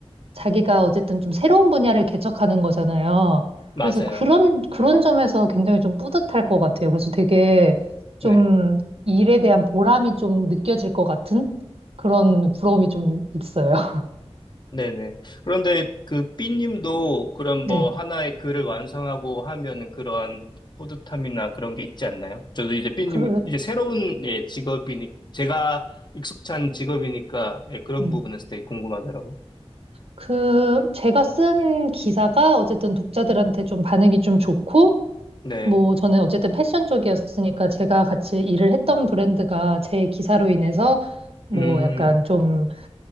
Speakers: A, on the right; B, on the left.
A: 자기가 어쨌든 좀 새로운 분야를 개척하는 거잖아요.
B: 맞아요.
A: 그래서 그런, 그런 점에서 굉장히 좀 뿌듯할 것 같아요. 그래서 되게 좀
B: 네.
A: 일에 대한 보람이 좀 느껴질 것 같은 그런 부러움이 좀 있어요. <laughs>
B: 네네. 그런데 그 B님도 그런
A: 네.
B: 뭐 하나의 글을 완성하고 하면은 그런 뿌듯함이나 그런 게 있지 않나요? 저도 이제 B님,
A: 그,
B: 이제 새로운 예, 직업이니, 제가 익숙한 직업이니까 예, 그런
A: 네.
B: 부분에서 되게 궁금하더라고요.
A: 그, 제가 쓴 기사가 어쨌든 독자들한테 좀 반응이 좀 좋고,
B: 네.
A: 뭐, 저는 어쨌든 패션 쪽이었으니까 제가 같이 일을 했던 브랜드가 제 기사로 인해서 뭐
B: 음,
A: 약간 좀